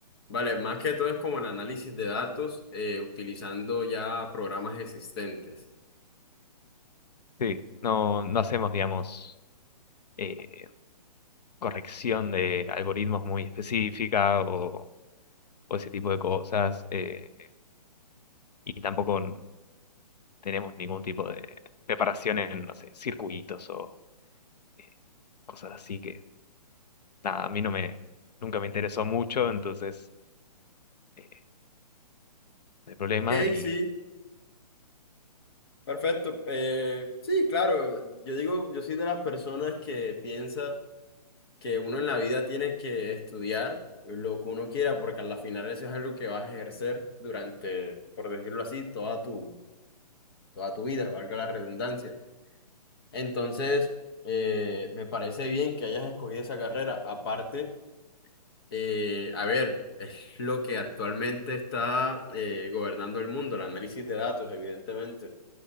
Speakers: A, on the left (about 35°); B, on the left (about 75°).
A: Vale, más que todo es como el análisis de datos eh, utilizando ya programas existentes.
B: Sí, no, no hacemos, digamos, eh, corrección de algoritmos muy específica o, o ese tipo de cosas eh, y tampoco n- tenemos ningún tipo de preparación en, no sé, circuitos o... eh, cosas así que nada, a mí no me, nunca me interesó mucho, entonces, eh, no hay problema.
A: Ok,
B: Y
A: sí, perfecto. Eh, sí, claro, yo digo, yo soy de las personas que piensa que uno en la vida tiene que estudiar lo que uno quiera, porque al final eso es algo que vas a ejercer durante, por decirlo así, toda tu, toda tu vida, valga la redundancia. Entonces, eh, me parece bien que hayas escogido esa carrera. Aparte Eh, a ver, es lo que actualmente está eh, gobernando el mundo, el análisis de datos, evidentemente.